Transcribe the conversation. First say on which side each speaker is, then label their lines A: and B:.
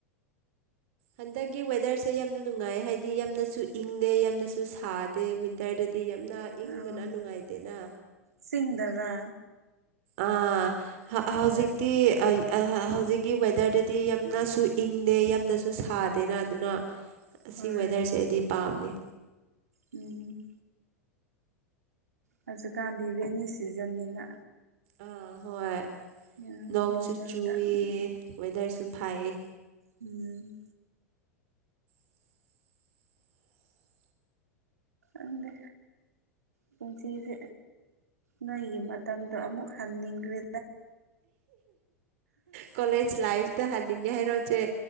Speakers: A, on the right (about 60°); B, on the right (about 80°).
A: ꯍꯟꯗꯛꯀꯤ ꯋꯦꯗꯔꯁꯦ ꯌꯥꯝꯅ ꯅꯨꯡꯉꯥꯏ ꯍꯥꯏꯕꯗꯤ ꯌꯥꯝꯅꯁꯨ ꯏꯪꯗꯦ ꯌꯥꯝꯅꯁꯨ ꯁꯥꯗꯦ ꯋꯤꯟꯇꯔꯗ ꯗꯤ ꯌꯥꯝꯅ ꯏꯪꯕꯅ
B: ꯑꯥ
A: ꯅꯨꯡꯉꯥꯏꯇꯦꯅ
B: ꯆꯤꯡꯗꯔꯥ
A: ꯑ ꯍꯧꯖꯤꯛꯇꯤ
B: ꯍꯣꯏ
A: ꯑ ꯍꯧꯖꯤꯛꯀꯤ ꯋꯦꯗꯔꯗꯗꯤ ꯌꯥꯝꯅꯁꯨ ꯏꯪꯗꯦ ꯌꯥꯝꯅꯁꯨ ꯁꯥꯗꯦꯅ ꯑꯗꯨꯅ ꯑꯁꯤ
B: ꯍꯣꯏ
A: ꯋꯦꯗꯔꯁꯦ ꯑꯩꯗꯤ ꯄꯥꯝꯃꯤ
B: ꯎꯝ ꯍꯧꯖꯤꯛꯀꯥꯟꯗꯤ ꯔꯦꯅꯤ ꯁꯤꯖꯟꯅꯤꯅ
A: ꯑꯥ ꯍꯣꯏ
B: ꯎꯝ
A: ꯅꯣꯡꯁꯨ
B: ꯅꯣꯔꯃꯦꯜꯗ
A: ꯆꯨꯏ
B: ꯎꯝ
A: ꯋꯦꯗꯔꯁꯨ ꯐꯥꯏꯌꯦ
B: ꯎꯝ
A: <inaudible>
B: ꯑꯅꯦ ꯄꯨꯟꯁꯤꯁꯦ ꯅꯣꯏꯒꯤ ꯃꯇꯝꯗꯣ ꯑꯃꯨꯛ ꯍꯟꯅꯤꯡꯈ꯭ꯔꯦ
A: ꯀꯂꯦꯖ ꯂꯥꯏꯐ ꯇ ꯍꯂꯤꯉ ꯍꯦ ꯔꯆꯦ